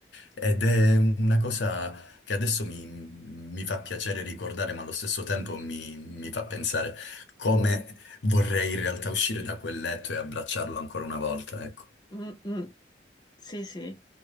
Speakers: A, on the left; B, on the left.
A: Ed è una cosa che adesso mi, mi fa piacere ricordare, ma allo stesso tempo mi, mi fa pensare come vorrei in realtà uscire da quel letto e abbracciarlo ancora una volta, ecco.
B: mm, mm. Sì, sì,